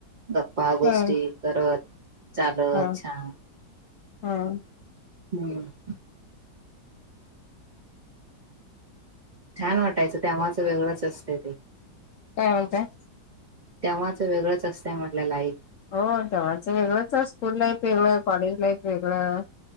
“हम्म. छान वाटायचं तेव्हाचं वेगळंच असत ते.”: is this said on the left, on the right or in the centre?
Right